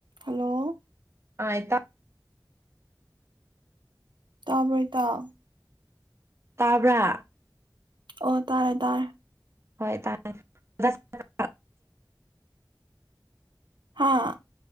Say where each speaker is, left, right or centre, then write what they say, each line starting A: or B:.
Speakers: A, on the right; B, on the right.
A: hello
B: <unintelligible>
A: ꯇꯥꯕꯣꯏ ꯇꯥꯎ
B: ꯇꯥꯕ꯭ꯔꯥ
A: ꯑꯣ ꯇꯥꯔꯦ ꯇꯥꯔꯦ
B: ꯍꯣꯏ ꯇꯥꯏ <unintelligible>
A: ꯍꯥꯥ